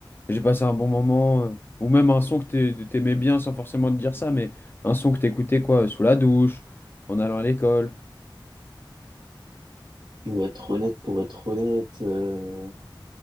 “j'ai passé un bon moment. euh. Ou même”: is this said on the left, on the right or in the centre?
Left